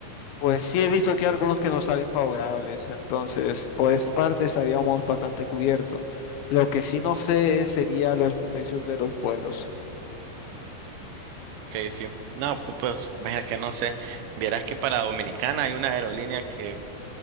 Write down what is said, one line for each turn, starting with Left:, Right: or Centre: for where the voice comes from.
Left: pues sí he visto que hay algunos que nos salen favorables. Entonces, por esta parte estaríamos bastante cubiertos. Lo que sí no sé sería los precios de los vuelos.
Right: Ok, sí. No, pu- pues, imagina que no sé. Vieras que para Dominicana hay una aerolínea que,